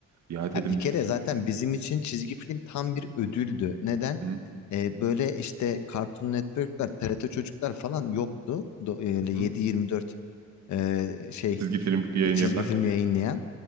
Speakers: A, on the right (about 65°); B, on the left (about 70°).
A: Ya dedim
B: Ya bir kere
A: biz.
B: zaten bizim için çizgi film tam bir ödüldü. Neden?
A: Hı
B: Ee, böyle işte Cartoon Network'ler, TRT Çocuklar falan yoktu. Do- e, öyle
A: hı.
B: 7-24 e, şey
A: Çizgi film yayını
B: e, çizgi
A: yapan.
B: film yayınlayan.